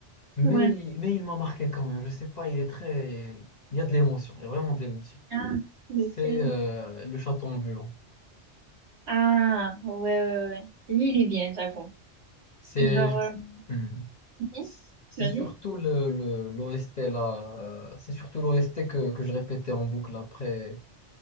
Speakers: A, on the left; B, on the right.
A: mais
B: Ouais.
A: il- mais il m'a marqué quand même. Je sais pas, il est très. Il y a de l'émotion. Il y a vraiment de l'émotion.
B: Ah, lequel?
A: C'est euh, le chaton ambulant.
B: Ah, ouais, ouais, ouais. Lui, il est bien, j'avoue.
A: C'est
B: Et genre, euh,
A: Hmm.
B: Mhm.
A: C'est
B: vas-y.
A: surtout le, le- l'OST là. euh, C'est surtout l'OST que, que je répétais en boucle après